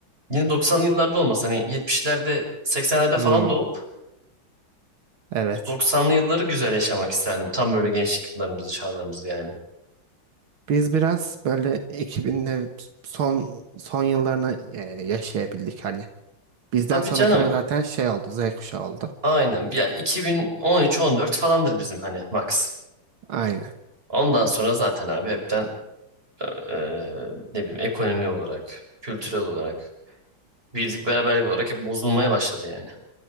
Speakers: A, on the right; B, on the right.
A: yine 90'lı yıllarda olmasa hani 70'lerde 80'lerde falan
B: Hmm.
A: doğup
B: Evet.
A: o 90'lı yılları güzel yaşamak isterdim. Tam böyle gençlik yıllarımızı, çağlarımızı yani.
B: Biz biraz böyle 2000'lerin son son yıllarını e, yaşayabildik hani. Bizden
A: Tabii
B: sonrakiler
A: canım.
B: zaten şey oldu, Z kuşağı oldu.
A: Aynen. Yani 2013-14 falandır bizim hani max.
B: Aynen.
A: Ondan sonra zaten abi hepten eee, ne bileyim ekonomi olarak, kültürel olarak birlik beraberlik olarak hep bozulmaya başladı yani.